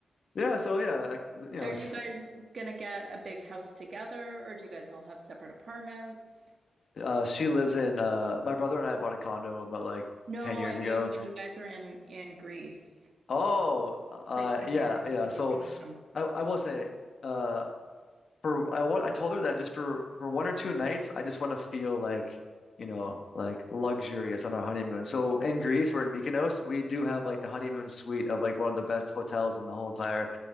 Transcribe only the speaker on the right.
you
guys gonna get a big house together, or do you guys all have separate apartments?
No,
I mean
when you guys are in in Greece,
for when
your
two
of your friends come.